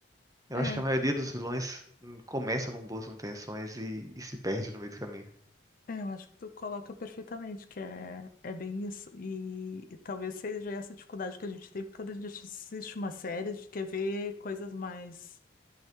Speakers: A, on the right; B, on the left.
A: Eu
B: É,
A: acho que a maioria dos vilões hum, começa com boas intenções e, e se perde no meio do caminho.
B: é, eu acho que tu coloca perfeitamente, que é, é bem isso. E, e talvez seja essa dificuldade que a gente tem quando a gente assiste uma série, a gente quer ver coisas mais,